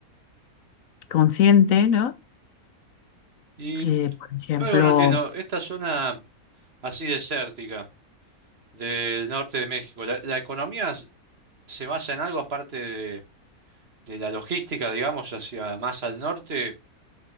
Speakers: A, on the left; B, on the right.
A: consciente, ¿no?
B: Y
A: que, por ejemplo,
B: algo no entiendo, esta zona así desértica del norte de México, ¿la, la economía s- se basa en algo aparte de, de la logística, digamos, hacia más al norte?